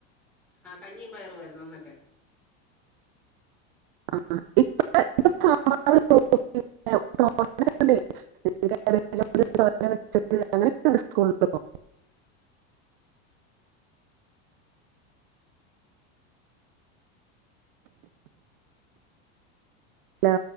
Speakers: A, in the centre; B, on the right.
A: ആ കഞ്ഞീം പയറു ആയിരുന്നു അന്നൊക്കെ
B: ആ ആ ഇപ്പ ഇപ്പോ സാ മ്പാ റ് കൂ ട്ടി തോ നൊ ക്കെ ണ്ടേ കാ ബേ ജോ ണ്ട് തോ രൻ വച്ചിട്ട് അങ്ങ ന്യൊക്കെണ്ട് സ് കൂളി ൽ പ്പോ ലോ